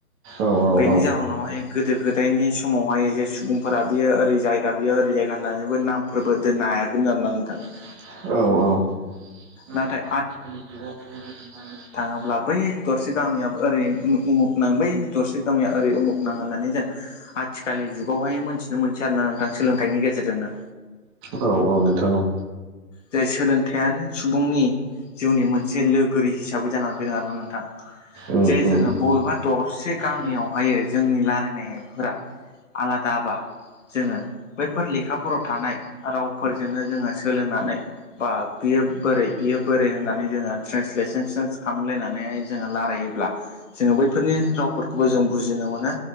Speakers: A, on the right; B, on the left.
A: औ औ
B: बेनि
A: औ
B: जाहोनावहाय गोदो गोदायनि समावहाय जे सुबुंफोरा बियो ओरै जायगा बियो ओरै जायगा होननानैबो नामफोरबो दोननो हायाखैमोन आरोना नोंथां।
A: औ
B: नाथाय
A: औ।
B: अब्ला बै दरसे गामियाबो ओरै उमुख उमुख नाम बै दरसे गामिया ओरै उमुख नाम होननानै जों आथिखालनि जुगावहाय मोनथिनो मोनसै आरोना नोंथां सोलोंथाइनि गेजेरजोंनो।
A: औ औ नोंथां औ।
B: जाय सोलोंथाइयानो सुबुंनि जिउनि मोनसे लोगोरि हिसाबै जानानै फैदों आरोना नोंथां।
A: उम
B: जे
A: उम
B: जोङो बबेबा दरसे गामियावहायो
A: औ
B: जोंनि लायरायनायफोरा आलाद दाबा जोङो बैफोर लेखाफोराव थानाय रावफोरजोंनो जोङो सोलोंनानै बा बियो बोरै बियो बोरै होननानै जोङो ट्रेन्सलेसोन सोन खालामलायनानै जोङो लारायोब्ला जोङो बैफोरनि रावफोरखौबो जों बुजिनो मोना